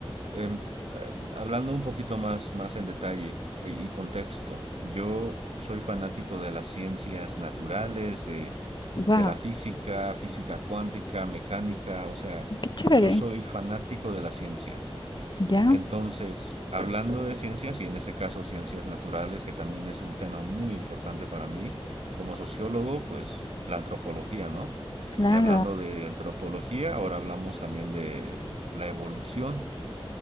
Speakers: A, on the right; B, on the left.
A: em, eh, hablando un poquito más, más en detalle y y contexto, yo soy fanático de las ciencias naturales, de
B: Wow,
A: de la física, física cuántica, mecánica, o sea,
B: qué chévere.
A: yo soy fanático de la ciencia.
B: Ya,
A: Entonces, hablando de ciencias, y en este caso ciencias naturales, que también es un tema muy importante para mí, como sociólogo, pues la antropología, ¿no?
B: claro,
A: Y hablando de antropología, ahora hablamos también de la evolución.